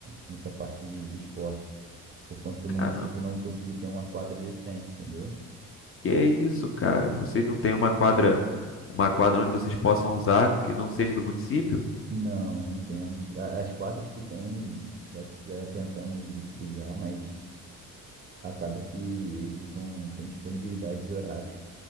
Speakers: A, on the right (about 25°); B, on the left (about 35°).
A: nessa parte de, de esporte, por conta do município
B: Caramba,
A: não conseguir ter uma quadra decente, entendeu?
B: que é isso, cara? Vocês não têm uma quadra, uma quadra onde vocês possam usar que não seja do município?
A: Não, não temos. A- As quatro que tem, já, já tentamos utilizar, mas acaba que eles ficam sem disponibilidade de horários.